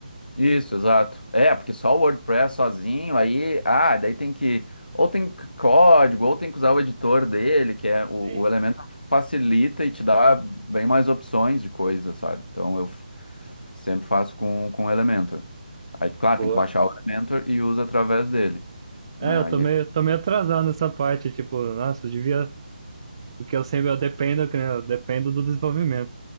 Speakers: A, on the left; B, on the right.
A: Isso, exato. É, porque só o WordPress sozinho, aí, ah, daí tem que, ou tem c- código, ou tem que usar o editor dele, que é o,
B: Sim.
A: o elemento facilita e te dá bem mais opções de coisa, sabe? Então eu f- sempre faço com, com o Elementor. Aí, claro,
B: Boa.
A: tem que baixar o Elementor e usa através dele,
B: É,
A: né?
B: eu
A: Aí,
B: tô meio,
A: ele-
B: tô meio atrasado nessa parte, tipo, nossa, eu devia. Porque eu sempre eu dependo, que nem eu dependo do desenvolvimento.